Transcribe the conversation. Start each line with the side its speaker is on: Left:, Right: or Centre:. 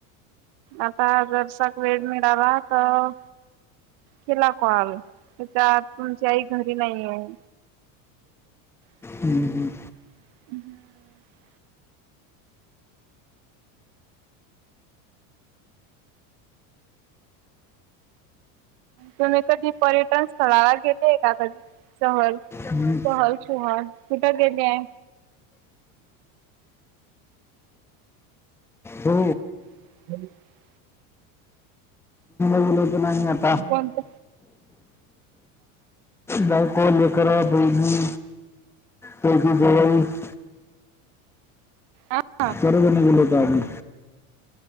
Right: आता जर् साक वेळ मिळाला तर केला कॉल त्याच्या तुमची आई घरी नाही आहे. <inaudible>
Centre: हम्म.
Right: तुम्ही कधी पर्यटन स्थळाला गेले का कधी शहर
Centre: हम्म.
Right: सहल <unintelligible> कुठं गेले आहे?
Centre: हो
Right: <unintelligible>
Centre: <unintelligible>
Right: कोणत
Centre: बायको लेखन बहिणी त्यायची जावई <unintelligible>
Right: हा ह <unintelligible>
Centre: सर्वजण गेलो होतो आम्ही.